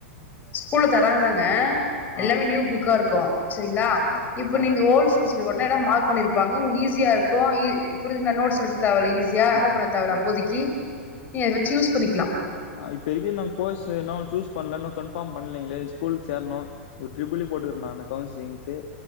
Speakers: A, on the left; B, on the left.
A: ஸ்கூல தராங்கதாங்க எல்லாமே
B: ஆ
A: நியூ புக்கா இருக்கு சேரிங்களா
B: ஆ
A: இப்ப
B: ஆ
A: நீங்க ஓல்டு உடனே எல்லா மார்க் பண்ணிருப்பாங்க உங்களுக்கு ஈஸியா இருக்கு புரிஞ்சுருந்தா நோட்ஸ் எடுக்க தேவல்ல ஈஸி ஸியா ரெஃபர்
B: ஆ
A: பண்ண தேவயில்ல
B: ஆ
A: அப்போதைக்கி நீ அத வச்சு யூஸ் பண்ணிக்கலா
B: ஆ இப்ப இருக்கு நா கோர்ஸ்ஸூ இன்னு சூஸ் பண்ணல இன்னும் கன்பார்ம் பண்ணலைங்களே ஸ்கூல் சேரணு ஒரு ட்ரிபிள் இ போட்டுருக்க நானு கவுன்சிலிங்க்கு